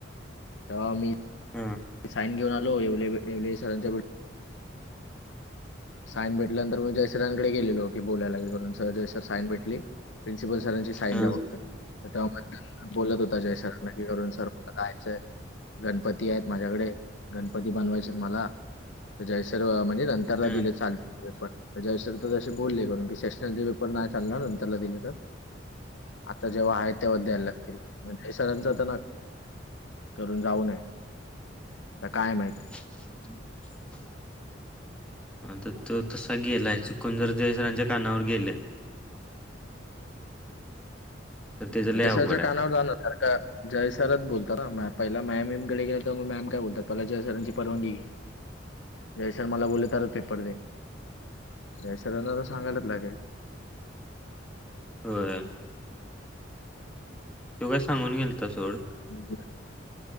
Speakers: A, on the left (about 75°); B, in the centre.
A: तेंव्हा मी
B: हम्मं
A: साईन घेऊंन आलो येवले सरांच्या साईन भेटल्यानंतर मंग जय सरांकडे गेलेलो की बोलायंला जय सरं की साईन भेटली. प्रिन्सिपल सरांची साईन
B: हा
A: द्यां फक्तं तरं तेंव्हा मंथन बोलतं होतां जय सरांना की घरूंन सरं जायाचं गणपती आहेतं. माझ्यांकडे गणपती बनवायचे मलां मंग जय सरं म्हणे नंतरला
B: हा
A: दिलेतं चालेल पेपर पणं जय सरं तरं तसं बोलले घरूंन की सेशनल पेपर नाहीं चालणारं नंतरन दिलं तरं आंता जेंव्हा आहे तेंव्हा द्यांयला लागतील हे सरांचं तरं ना करूंन जाऊं नये आंता कायं माहिती
B: <inaudible> <unintelligible> हां तरं तो तसां गेलांय चुकूंन जरं जय सरांच्या कानांवर गेलंय. तर त्याच लय
A: जय
B: अवघड
A: सरांच्या कानांवर
B: आहे.
A: जाणंर सारखं जय सरंच बोलतात नां पहिला मॅमकडे गेलं तरं मंग मॅम कायं बोलतात पहिला जय सरांची परवानगी घे जय सरं मलां बोलले तरचं पेपर दे. जय सरांना तरं सांगायंलाच लागेल.
B: होयं. तूं कां सांगून गेलतां सोहंळ
A: हो ते